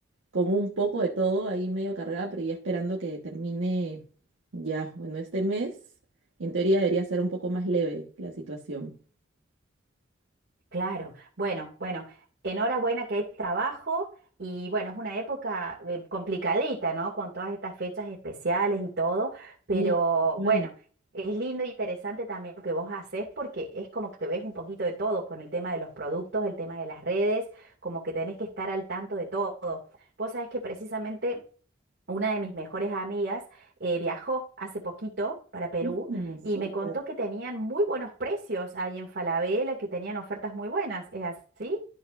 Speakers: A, on the right (about 85°); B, on the right (about 60°).
A: con un poco de todo ahí medio cargada, pero ya esperando que termine ya, bueno, este mes, en teoría debería ser un poco más leve la situación.
B: Claro, bueno, bueno, enhorabuena que hay trabajo y bueno, es una época eh, complicadita, ¿no? Con todas estas fechas especiales y todo, pero
A: Sí, claro.
B: bueno, es lindo e interesante también lo que vos haces porque es como que ves un poquito de todo con el tema de los productos, el tema de las redes, como que tenés que estar al tanto de todo. Vos sabés que precisamente una de mis mejores amigas eh, viajó hace poquito para Perú
A: Mm, súper.
B: y me contó que tenían muy buenos precios ahí en Falabella, que tenían ofertas muy buenas. ¿Es así?